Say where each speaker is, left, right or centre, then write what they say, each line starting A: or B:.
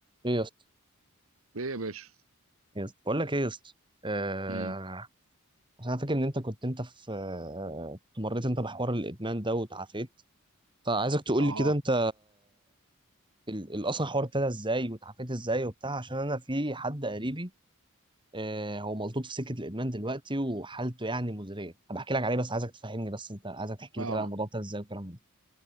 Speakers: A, on the right (about 25°); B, on the right (about 75°).
A: ايه يا اسطى
B: ايه يا باشا
A: إيه يا اسطى بقول لك ايه يا اسطى آه...
B: امم
A: عشان انا فاكر ان انت كنت انت في آه، كنت مريت انت بحوار الادمان ده وتعافيت فعايزك تقول
B: اه
A: لي كده انت ال- ال- اصلا الحوار ابتدى ازاي وتعافيت ازاي وبتاع عشان انا في حد قريبي آه هو ملطوط في سكه الادمان دلوقتي وحالته يعني مزريه بحكي لك عليه بس عايزك تفهمني بس انت عايزك تحكي
B: اه
A: لي كده عن الموضوع ابتدى ازاي والكلام ده